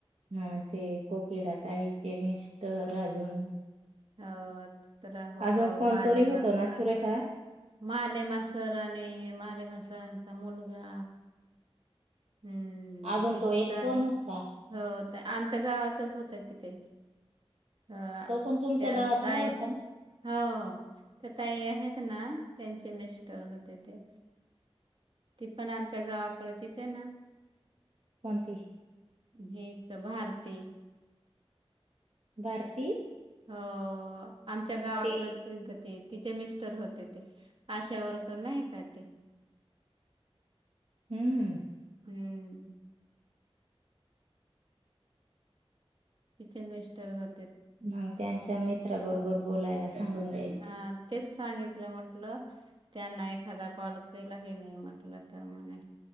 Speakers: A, on the right; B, on the right.
A: हां ते कोकिडा ताईचे मिस्टर अजून
B: हो राहुल
A: अजून
B: भाऊ
A: कोणतरी
B: माले
A: होतं
B: मासर
A: ना सुरेखा?
B: माले मासर आणि माले मासर आणि मुलगा हम्म
A: अजून
B: तिथं
A: तो एक कोण होता?
B: हो आमच्या गावातच होतं कि ते. हां
A: तो पण तुमच्या
B: तेयात
A: गावातला
B: काय
A: होता ना?
B: हो ते ताई आहेत ना त्यांचे मिस्टर होते ते. ती पण आमच्या गावाकडची. त्यांना
A: कोणती.
B: हे त भारती
A: भारती
B: हो आमच्या गावाकडची
A: ते
B: क ती. तिचे मिस्टर होते ते आशा वर्कर नाही का ते.
A: हम्म
B: हम्म तिचे मिस्टर होत
A: मग त्यांच्या मित्राबरोबर बोलायला सांगीन.
B: हा तेच सांगित ल म्हटलं त्यांना एक खादा कॉल केला की नाही म्हटलं तर म्हणे